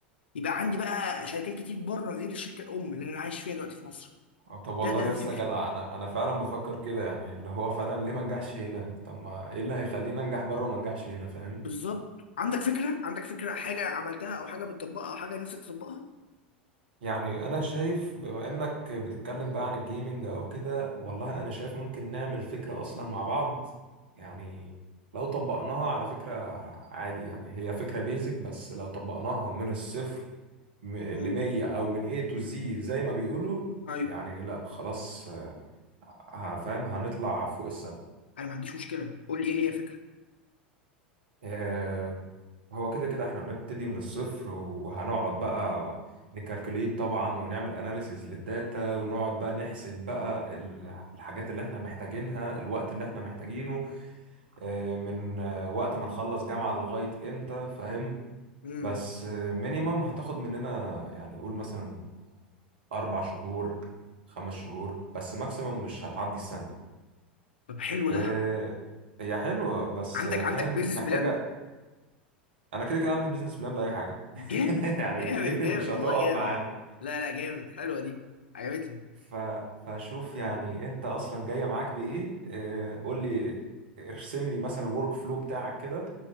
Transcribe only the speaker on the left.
يبقى عندي بقى شركات كتير بره غير الشركه الام اللي انا عايش فيها دلوقتي في مصر
ده ده
ده
فكري
بالظبط عندك فكره عندك فكره حاجه عملتها او حاجه بتطبقها او حاجه نفسك تطبقها
امم
ايوه
انا ما عنديش مشكله قول لي ايه هي الفكره
امم
طب حلو
ده
عندك
عندك بيزنس
بلان
جامد
جامد
جامد
والله جامد
لا لا جامد حلوه دي عجبتني